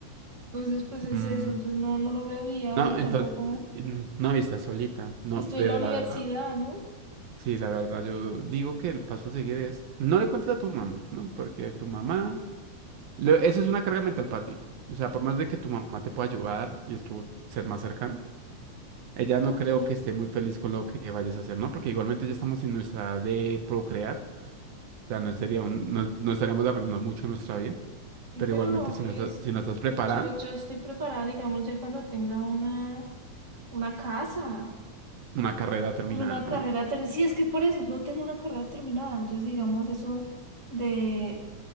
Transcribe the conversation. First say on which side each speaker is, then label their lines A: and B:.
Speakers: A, on the right; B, on the right.
A: Entonces, pues es
B: mm,
A: eso, entonces no, no lo veo viable
B: No,
A: y
B: entonces,
A: tampoco
B: mm, no, y estás solita, no,
A: que estoy
B: bebe,
A: en la universidad,
B: la verdad.
A: ¿no?
B: Sí, la verdad, yo digo que el paso a seguir es, no le cuentes a tu mamá, ¿no? Porque tu mamá, lo- eso es una carga mental para ti. O sea, por más de que tu mamá te pueda ayudar y estuvo ser más cercano, ella no
A: Ok,
B: creo que esté muy feliz con lo que vayas a hacer, ¿no? Porque igualmente ya estamos en nuestra edad de procrear, o sea, no sería un- no, no estaríamos arruinando mucho nuestra vida,
A: y
B: pero
A: pero
B: igualmente si
A: es,
B: no estás, si no estás preparada,
A: yo, yo estoy preparada, digamos, ya cuando tenga una, una casa,
B: una carrera terminada,
A: pues una carrera terminada. Sí, es que por eso no tengo una carrera terminada, entonces digamos eso de,